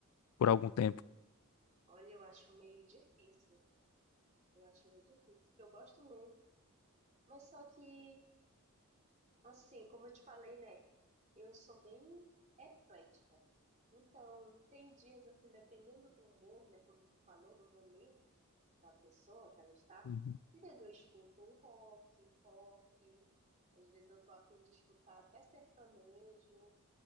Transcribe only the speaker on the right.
Olha, eu acho meio difícil. Eu acho meio difícil, porque eu gosto muito. Mas só que. Assim, como eu te falei, né? Eu sou bem eclética. Então, tem dias, assim, dependendo do humor, né? Como tu falou, do momento da pessoa que ela está.
Às vezes eu escuto rock, pop. Às vezes eu tô a fim de escutar até sertanejo,